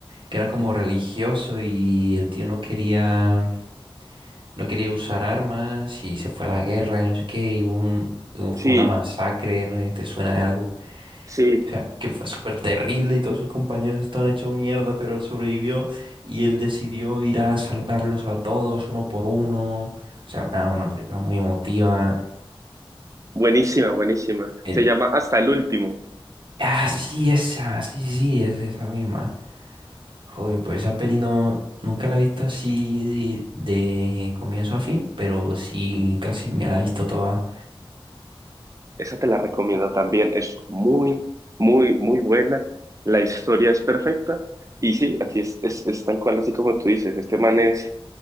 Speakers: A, on the right; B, on the right.
A: que era como religioso y el tío no quería, no quería usar armas y se fue a la guerra y no sé qué, y hubo un- fue
B: Sí,
A: una masacre, ¿no? ¿Y te suena de algo?
B: sí,
A: <laughs> sea, que fue súper terrible y todos sus compañeros estaban hechos mierda, pero él sobrevivió y él decidió ir a salvarlos a todos uno por uno. O sea, una, una película muy emotiva.
B: buenísima, buenísima.
A: El,
B: Se llama Hasta el último.
A: ah, sí, esa, sí, sí, sí, es esa misma. Joder, pues esa peli no, nunca la he visto así de, de comienzo a fin, pero sí, casi me la he visto toda.
B: Esa te la recomiendo también. Es muy, muy, muy buena. La historia es perfecta y sí, así es, es, es tal cual así como tú dices. Este man es